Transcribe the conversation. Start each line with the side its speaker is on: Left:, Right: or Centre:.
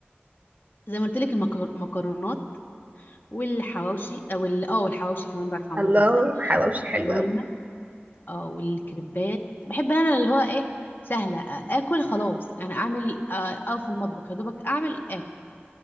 Left: زي ما قلت لك المكرونات والحواوشي او ال- اه والحواوشي كمان بعرف اعمله
Right: الله
Left: جدا
Right: حواوشي
Left: الشاورما
Right: حلو قوي
Left: اه والكريبات بحب انا اللي هو ايه سهله آ- اكل خلاص يعني اعمل آه، اقف في المطبخ يا دوبك اعمل اكل